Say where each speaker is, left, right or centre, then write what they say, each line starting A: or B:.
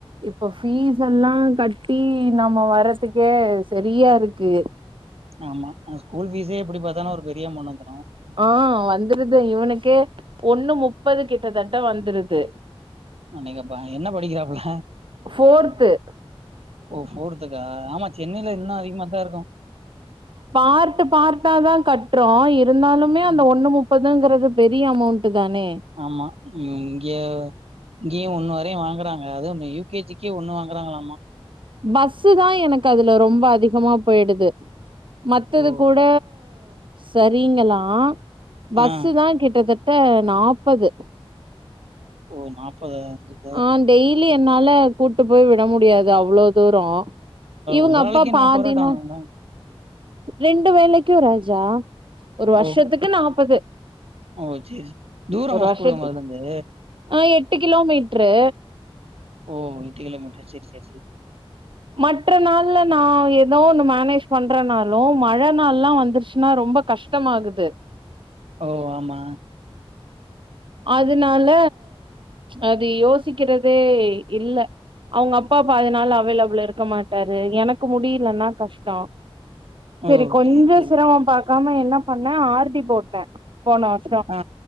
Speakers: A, on the right; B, on the right.
A: இப்ப ஃபீஸெல்லாம் கட்டி நம்ம வரதுக்கே சரியா இருக்கு
B: ஆமா அங்க ஸ்கூல் ஃபீஸே எப்படி பாத்தாலு ஒரு பெரிய அமௌண்ட் வந்துரும்
A: ஆ வந்துருது இவனுக்கே ஒண்ணு முப்பது கிட்டத்தட்ட வந்துருது
B: அ நீங்க ப என்ன படிக்கிறாப்புல
A: ஃபோர்த்து
B: ஓ ஃபோர் க்க ஆமா சென்னையில இன்னும் அதிகமா தான் இருக்கும்
A: பார்டு பார்டா தான் கட்டுறோம் இருந்தாலுமே
B: ம்
A: அந்த ஒண்ணு முப் பதங்கிறது பெரிய அமௌண்ட் தானே
B: ஆமா நீ இங்க இங்கேயும் ஒண்ணு வரையும் வாங்குறாங்க அது ஒ யு கே ஜி க்கே ஒண்ணு வாங்குறாங்களாமா
A: பஸ்ஸுதா எனக்கு அதுல ரொம்ப அதிகமா பொய்டுது மத்தது
B: ஓ
A: கூட சரிங்களாம் பஸ்
B: ஆ
A: தான் கிட்டத்தட் த்த நாப்பது
B: போ நாப்பதா வ
A: ஆ டெய்லி என்னால கூட்டு போய் விட முடியாது அவ்ளோ தூரம் இவங்க
B: ஒரு
A: அப்பா
B: ஆளுக்கே
A: பாதி
B: நாப்பது ரூவா டாங்களா
A: நாள் ரெண்டு வேலைக்கும் ராஜா ஒரு வருஷத்துக்கு
B: ஓ
A: நாற்பது
B: ஓ சேரி தூரமா
A: ஒரு வர்ஷத்து
B: ஸ்கூல் உங்கள்து
A: ஆ எட்டு கிலோமீட்ரு
B: ஓ இட்லி கெல்லாம் சரி சரி சரி
A: மற்ற நாள்ல நா எதோ ஒன்னு மேனேஜ் பண்றேனாலு மழ நாள்லா வந்துர்ச்சுன்னா ரொம்ப கஷ்டமாகுது
B: ஓ ஆமா
A: அதுனால அது யோசிக்கெறதே இல்ல அவுங்க அப்பா பாதி நாள் அவைலபுள் இருக்க மாட்டாரு எனக் கு முடியலன்னா கஷ்டம்
B: ஓ
A: சரி கொஞ்சம்
B: சரி
A: சிரமம் பா க்காம என்ன பண்ணே ஆர் டி போட்டே போன வர்
B: ஆ